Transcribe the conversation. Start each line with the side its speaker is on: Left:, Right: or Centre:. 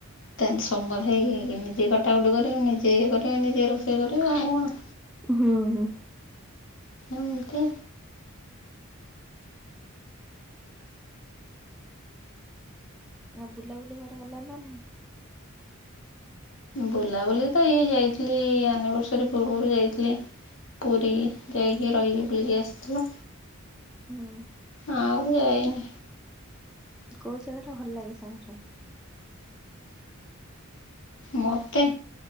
Left: ତାଲ ସମୟ ହେଇ ନିଜେ କଟାକଟି କରିମି, ନିଜେ ଇଏ କରିମି, ନିଜେ ରୋଷେଇ କରିବି ଆଉ କଣ।
Centre: ହଁ, ହଁ।
Left: ଏମିତି
Centre: ଆ, ବୁଲାବୁଲି କୁଆଡେ ଗଲନ ନା ନାହି?
Left: ବୁଲାବୁଲି ତ ଏଇ ଯାଇଥିଲି ଆନିଭର୍ସରୀ ପୂର୍ବରୁ ଯାଇଥିଲି। ପୁରୀ ଯାଇକି ରହିକି <unintelligible> ଆସଥିଲେ।
Centre: ହୁଁ।
Left: ଆଉ ତ ଯାାଇନି।
Centre: କୋଉ ଜାଗା ଟା ଭଲ ଲାଗେ ସବୁଠୁ?
Left: ମୋତେ